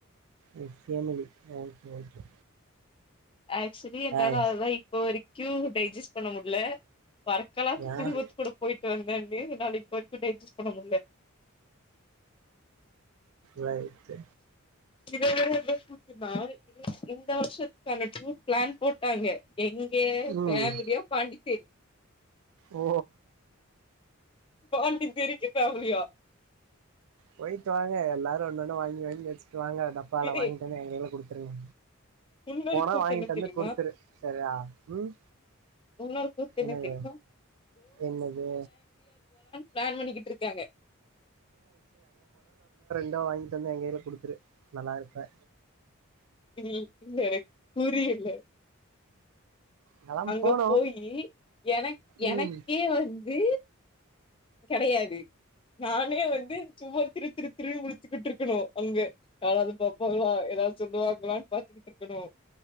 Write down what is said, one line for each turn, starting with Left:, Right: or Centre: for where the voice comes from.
Right: ம் ஃபேமிலி ஓகே ஓகே
Left: ஆக்சுவலி என்னால
Right: ஏய்
Left: அதல்லா இப்போ வரீக் கூ டைஜஸ்ட் பண்ண முடில வரக்கலாக்கு
Right: ஏன்
Left: குடும்பத்தோட போயிட்டு வந்தேன் வேகு நாளைக் போ வரக்கூடிய டைஜஸ்ட் பண்ண முடில
Right: ரைட்டு
Left: இதுல வேற என்ன கூத்துனா இது இந்த வருஷத்துக்கான டூர் பிளான் போட்டாங்க எங்க
Right: ம்
Left: ஃபேமிலியா பாண்டிச்சேரி
Right: ஓ
Left: பாண்டிச்சேரிக்கு ஃபேமிலியா
Right: போயிட்டு வாங்க எல்லாரும் ஒன்னொன்னு வாங்கி வாங்கி வச்சு வாங்க டப்பால
Left: இது
Right: வாங்கிட்டு வந்து எங்கைல குடுத்துருங்க
Left: இன்னொரு
Right: போனா
Left: கூத்து
Right: வாங்கிட்டு
Left: என்ன
Right: வந்து
Left: தெரியுமா
Right: குடுத்துரு செரியா ம்
Left: இன்னொரு கூத்து என்ன
Right: என்னது
Left: தெரியுமா
Right: என்னது
Left: ப்ளான் பண்ணிக்கிட்ருக்காங்க
Right: எல்லா வாங்கி தந்து எங்கையில குடுத்துரு நல்லா இருப்ப
Left: இல்ல <unintelligible> புரியல
Right: நாலாம்
Left: அங்க
Right: போனோ
Left: போயி எனக்
Right: ம்
Left: எனக்கே வந்து கெடையாது நானே வந்து சும்மா திருத் திருத் திரு முழுச்சுக்கிட்ருக்கனு அங்க யாராது பாப்பாங்ளா எதாது சொல்லுவாங்களான் பாத்துக்கிட்ருக்கணு